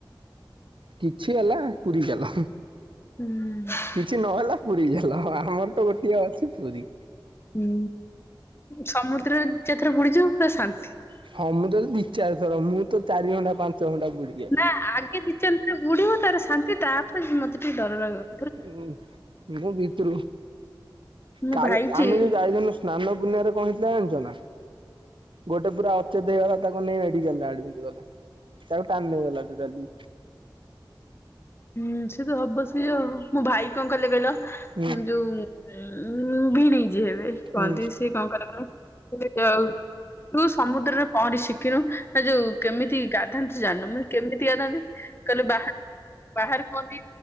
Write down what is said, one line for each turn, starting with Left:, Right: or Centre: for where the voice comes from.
Right: କିଛି ହେଲା, ପୁରୀ ଗଲ।
Left: ହୁଁ
Right: କିଛି ନହେଲା ପୁରୀ ହେଲା, ଆମର ତ ଗୋଟିଏ ଅଛି ପୁରୀ।
Left: ହୁଁ, ସମୁଦ୍ରରେ ଦି ଚାରିଥର ବୁଡିଯିବୁ ପୁରା ଶାନ୍ତି।
Right: ସମୁଦ୍ର ରେ ଦିଇ ଚାରଥର, ମୁଁ ତ ଚାରି ଘଣ୍ଟା ପାଞ୍ଚ ଘଣ୍ଟା ବୁଡ଼ିଯାଏ।
Left: ନା ଆଗେ ଦି ଚାରିଥର ବୁଡିବ, ତାର ଶାନ୍ତି, ତାପରେ ମତେ ଟିକେ ଡର ରହିବ।
Right: ହୁଁ, ମୁ ଭିତରୁକୁ
Left: ମୋ
Right: କାଲି,
Left: ଭାଇ
Right: ଆମେ
Left: ଯିଏ
Right: ଯୋଉ ଯାଇଥିଲୁ ସ୍ନାନ ପୁଣ୍ଣିମାରେ, କଣ ହେଇଥିଲା ଜାଣିଛ ନା? ଗୋଟେ ପୁରା ଅଚେତ ହେଇଗଲା, ତାକୁ ନେଇ ମେଡିକାଲରେ ଆଡମିଟ କଲେ, ତାକୁ ଟାଣି ନେଇଗଲା ଟୋଟାଲି।
Left: ହୁଁ, ସେ ତ ହବ ସେଇଆ ଆଉ, ମୋ ଭାଇ କଣ କଲେ କହିଲ?
Right: ହୁଁ
Left: ଯୋଉ ଉ, ଭିଣେଇ ଯିଏ ହେବେ
Right: ହୁଁ
Left: କୁହନ୍ତି, ସିଏ କଣ କଲେ କହିଲ? କହିଲେ ଆଉ ତୁ ସମୁଦ୍ରରେ ପହଁରି ଶିଖିନୁ, ନା ଯୋଉ କେମିତି ଗାଧାନ୍ତି ତୁ ଜାଣିନୁ, ମୁଁ କହିଲି କେମିତି ଗାଧାନ୍ତି କହିଲେ ବା, ବାହାର କନ୍ତିି